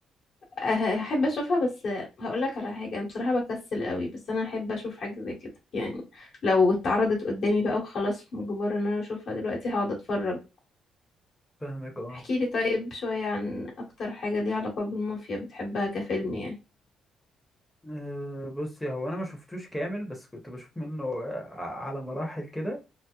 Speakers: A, on the left; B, in the centre.
A: آه، هحب اشوفها بس هقول لك على حاجه انا بصراحه بكسل قوي بس انا هحب اشوف حاجه زي كده يعني لو اتعرضت قدامي بقى وخلاص مجبره ان انا اشوفها دلوقتي هقعد اتفرج
B: فاهمك اه
A: احكي لي طيب شوية عن أكتر حاجة ليها علاقة بالمافيا بتحبها كفيلم يعني
B: آه، بصي هو انا ما شفتوش كامل بس كنت بشوف منه ع- على مراحل كده